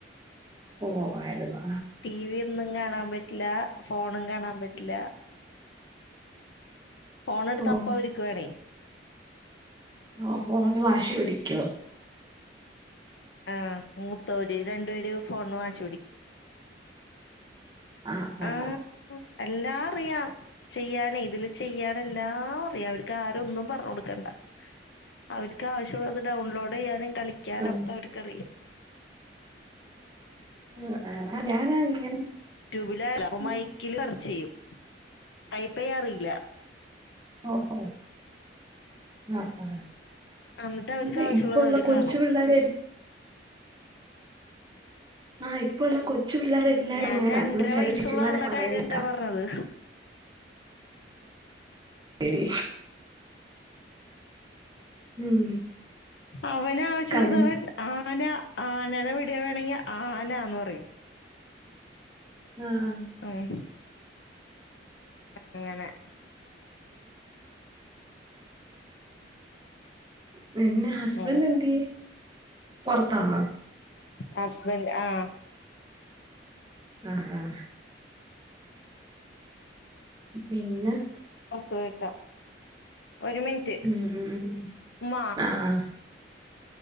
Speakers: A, on the right; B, on the left.
A: ഓ ആയിരുന്നോ?
B: ടി വി ഒന്നും കാണാൻ പറ്റില്ല ഫോണും കാണാൻ പറ്റില്ല ഫോണ് എടുത്താ
A: ഓ
B: അപ്പ ഇവരിക്ക് വേണേ
A: ആ ഫോണിനു വാശി പിടിക്കുവോ?
B: ആഹ് ത്തോന് രണ്ടു പേരും ഫോണിനു വാശി പിടിക്കും
A: ആഹ ആഹ
B: ആഹ്
A: ഹ
B: എല്ലാം അറിയാം ചെയ്യാനെയ് ഇതില് ചെയ്യാന് എല്ലാം അറിയാം അവർക്ക് ആരും ഒന്നും പറഞ്ഞു കൊടുക്ക ക്കണ്ട അവർക്ക് ആവശ്യമുള്ളത് ഡൗൺലോഡ് ചെയ്യാനും കളിക്കാനൊക്കെ
A: ആ,
B: അവർക്കറിയാം
A: ആ ആ ആ ഞാനാ ഇങ്ങനെ
B: യൂട്യൂബിലോ
A: ആ,
B: മൈക്കിൽ ചെയ്യും ആയപ്പയ് അറിയില്ല
A: ഓഹോ ആഹ ആ
B: എന്നിട്ട് അവർക്ക്
A: അതെ
B: ആവശ്യമുള്ളത്
A: ഇപ്പ ഉള്ള
B: അവര്
A: കൊച്ചു
B: കാണും
A: പിള്ളേർ പി ആ പ്പള്ള കൊച്ചു- പിള്ളേരെ എല്ലാരും
B: ഞാൻ
A: അങ്ങനെ
B: രണ്ടര
A: കാരണം ചില
B: വയസുള്ള
A: ചേച്ചിമാരെ
B: ആളുടെ
A: പറയുന്നേക്കാം
B: കാര്യാട്ടാ പറഞ്ഞത്
A: ശരി ഉം
B: അവന ആവശ്യമുള്ളത്
A: കൺ
B: അവൻ ആന ആന വ വീഡിയോ വേണെങ്കിൽ ആന എന്ന് പറയും
A: ആഹ്
B: ഉം അങ്ങനെ
A: പിന്നെ ഹസ്ബൻറ്
B: ഉം
A: എന്ത്യേ പുറത്താന്നാ
B: ഹസ്ബൻഡ് ആഹ്
A: ആഹ് ആഹ് പിന്നെ
B: തോയ്ക്കാ ഒരു മിനിറ്റ്
A: ഉം ഉം ഉം
B: ഉമ്മ
A: ആഹ് ആഹ്